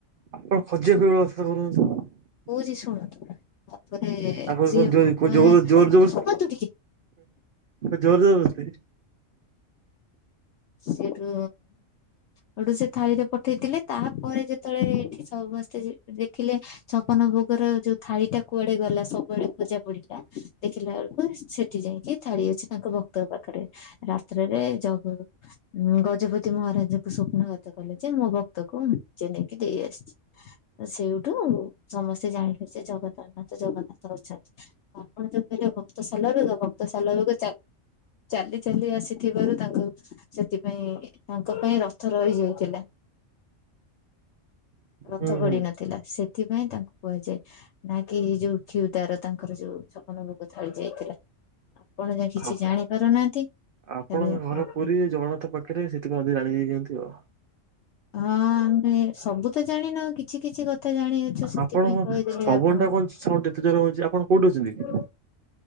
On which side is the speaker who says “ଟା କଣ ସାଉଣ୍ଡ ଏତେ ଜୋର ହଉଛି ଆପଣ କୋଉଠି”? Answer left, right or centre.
Right